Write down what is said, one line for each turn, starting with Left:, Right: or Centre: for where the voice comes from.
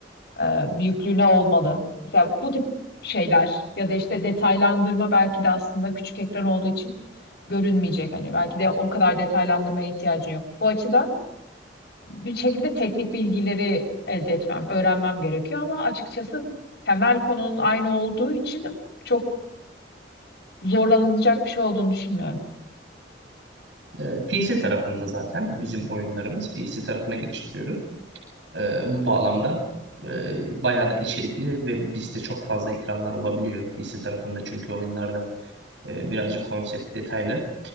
Left: e, büyüklüğüne olmalı. Mesela bu tip şeyler ya da işte detaylandırma belki de aslında küçük ekran olduğu için görünmeyecek. Hani belki de o kadar detaylandırmaya ihtiyacın yok. Bu açıdan bir şekilde teknik bilgileri elde etmem, öğrenmem gerekiyor ama açıkçası temel konunun aynı olduğu için çok zorlanılacak bir şey olduğunu düşünmüyorum.
Right: E, PC tarafında zaten bizim oyunlarımız PC tarafına geliştiriyoruz. Ee, bu bağlamda e, bayağı da içerikli ve bizde çok fazla ekranlar olabiliyor PC tarafında çünkü oyunlarda e, birazcık konsept detaylı.